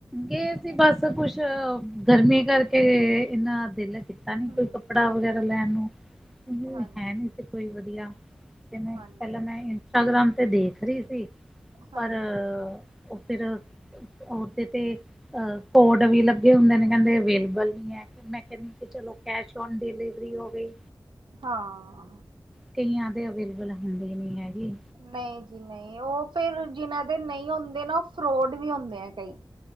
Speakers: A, in the centre; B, on the right.
A: ਗੇ ਸੀ ਬਾੱਸ ਕੁੱਛ ਗਰਮੀ ਕਾਰਕੇ ਏਨਾਂ ਦਿਲ ਕੀ ਤਾਂ ਨੀ
B: ਹਮ
A: ਕੋਈ ਕੱਪੜਾ ਵਗੈਰਾ ਲੈਨ ਨੂੰ ਓਈਓ
B: ਹਾਂਜੀ
A: ਹੈ ਨੀ ਸੀ ਕੋਈ ਵਦੀਆ। ਜਵੇਂ,
B: ਹਾਂਜੀ
A: ਪੈਲਾਂ ਮੈਂ ਇੰਸਟਾਗ੍ਰਾਮ ਤੇ ਦੇਖ ਰੀ ਸੀ, ਪਰ
B: ਹਾਂਜੀ
A: ਓ ਫਿਰ ਓਰ ਤੇ-ਤੇ ਅ ਕੋਡ ਵੀ ਲੱਗੇ ਹੁੰਦੇ ਨੇ ਕੈਦੇ ਐਵੇਲੇਬਲ ਨੀ ਐ। ਫੇਰ ਮੈਂ ਕੈਂਨੀ ਕਿ ਚਲੋ ਕੈਸ਼ ਔਨ ਡਿਲੀਵਰੀ ਹੋ ਗੀ।
B: ਹਾਂ।
A: ਕਈਆਂ ਦੇ ਐਵੇਲੇਬਲ ਹੁੰਦੇ ਨੀ ਹੈਗੇ।
B: ਨਈਂ ਜੀ, ਨਈਂ ਓ ਫੇਰ ਜਿਨਾਂ ਦੇ ਨਈ ਹੁੰਦੇ ਨਾ ਓ ਫਰੋਡ ਵੀ ਹੁੰਦੇ ਐਂ ਕਈ।